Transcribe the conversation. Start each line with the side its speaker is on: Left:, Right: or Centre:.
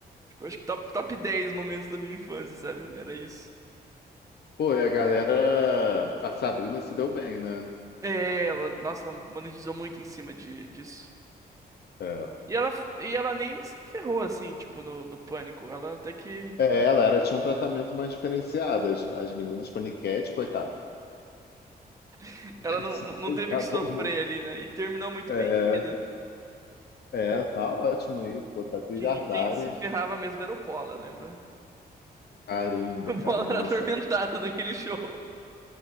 Right: Tipo, acho que top, top 10 momentos da minha infância, sabe? Era isso.
Left: Pô, e a galera, a Sabrina se deu bem, né?
Right: É, ela, nossa, ela monetizou muito em cima de, disso.
Left: É.
Right: E ela, e ela nem se ferrou, assim, tipo, no, no pânico. Ela até que.
Left: É, ela era, tinha um tratamento mais diferenciado. As, as meninas paniquete, coitadas,
Right: <laughs>
Left: <laughs>
Right: Ela não,
Left: se
Right: não não
Left: pegavam
Right: teve que sofrer
Left: muito.
Right: ali, né? E terminou muito
Left: É,
Right: bem de vida.
Left: é, tá ótimo aí, pô, tá trilhardária.
Right: Quem, quem se ferrava mesmo era o Bola, lembra?
Left: Caramba,
Right: <laughs> O
Left: cara,
Right: Bola
Left: nossa,
Right: era atormentado <laughs> naquele show.